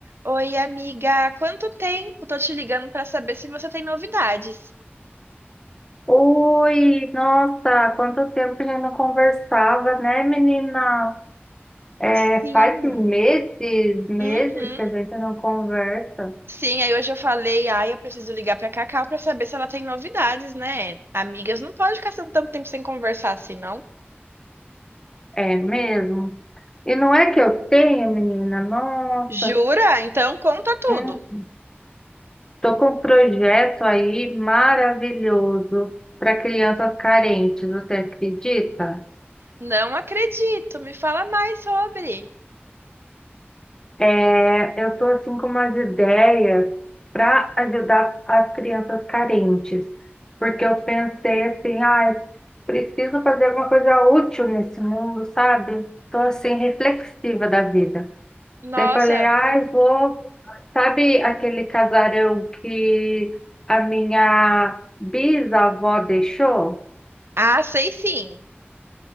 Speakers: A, on the right (about 70°); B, on the left (about 15°).
A: Oi, amiga, há quanto tempo? Tô te ligando pra saber se você tem novidades.
B: Oi, nossa, quanto tempo que a gente não conversava, né, menina? É,
A: Sim.
B: faz meses, meses
A: Uhum.
B: que a gente não conversa.
A: Sim, aí hoje eu falei, ai, eu preciso ligar pra Cacau pra saber se ela tem novidades, né? Amigas, não pode ficar tanto tempo sem conversar assim, não?
B: É mesmo? E não é que eu tenho, menina? Nossa,
A: Jura? Então conta tudo.
B: hum, tô com um projeto aí maravilhoso para crianças carentes, você acredita?
A: Não acredito, me fala mais sobre.
B: É, eu estou assim com umas ideias para ajudar as crianças carentes, porque eu pensei assim, ah, preciso fazer alguma coisa útil nesse mundo, sabe? Estou assim reflexiva da vida.
A: Nossa.
B: Daí falei, ah, vou, sabe aquele casarão que a minha bisavó deixou?
A: Ah, sei sim.